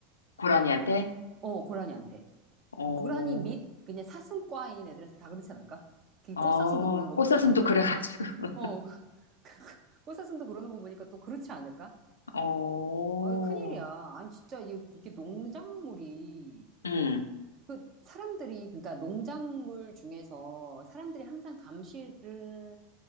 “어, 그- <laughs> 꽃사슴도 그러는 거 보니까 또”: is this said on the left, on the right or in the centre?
Right